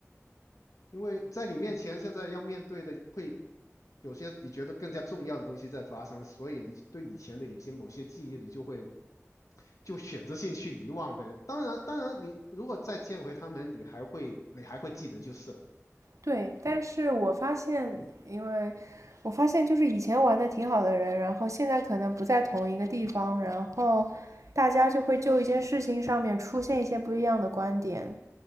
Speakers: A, on the left; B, on the right.
A: 因为在你面前，现在要面对的会有些你觉得更加重要的东西在发生，所以你对以前的有些某些记忆，你就会就选择性去遗忘呗。当然，当然，你如果再见回他们，你还会你还会记得就是了
B: 对，但是我发现，因为我发现就是以前玩的挺好的人，然后现在可能不在同一个地方，然后大家就会就一件事情上面出现一些不一样的观点。